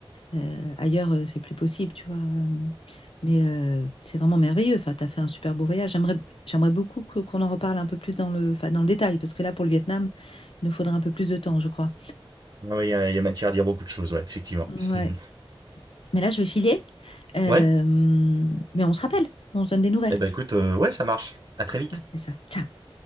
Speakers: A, on the left; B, on the right.
A: Euh, ailleurs, euh, c'est plus possible, tu vois. euh, Mais euh, c'est vraiment merveilleux. Enfin, tu as fait un super beau voyage. J'aimerais, j'aimerais beaucoup que- qu'on en reparle un peu plus dans le, enfin, dans le détail, parce que là, pour le Vietnam, il nous faudrait un peu plus de temps, je crois.
B: Ouais, ouais, Il y a, il y a matière à dire beaucoup de choses, ouais, effectivement.
A: Ouais.
B: <laughs>
A: Mais là, je vais filer. Euh,
B: Ouais.
A: mais on se rappelle, on se donne des nouvelles.
B: Eh ben écoute, euh, ouais, ça marche. À très vite.
A: On fait ça. Ciao.